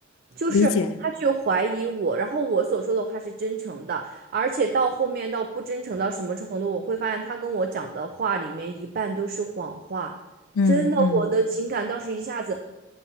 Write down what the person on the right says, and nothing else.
就是他去怀疑我，
然后我所说的话是真诚的，而且到后面到不真诚到什么程度，我会发现他跟我讲的话里面一半都是谎话，
真的，我的情感当时一下子。